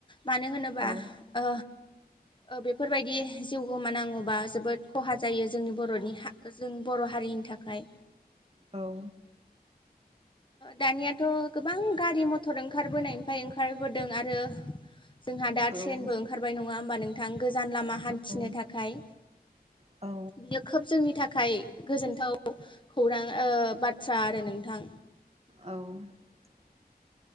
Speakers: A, on the left; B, on the right.
A: मानो होनोबा
B: औ
A: ओ ओ बेफोरबायदि जिउ गोमानांगौबा जोबोद खहा जा जायो जोंनि बर'नि हा जों बर' हारिनि थाखाय
B: औ
A: दानियाथ' गोबां गारि मथर ओंखारबोनायनिफ्राय ओंखारबोदों आरो जोंहा दा
B: औ
A: ट्रेनबो ओंखारबाय नंङा होनोमबा नों गोजान लामा हान्थिनो
B: औ
A: थाखाय
B: औ
A: बियो खोब जोंनि नि थाखाय गोजोनथाव खौरां ओ बाथ्रा आरो नोंथां।
B: औ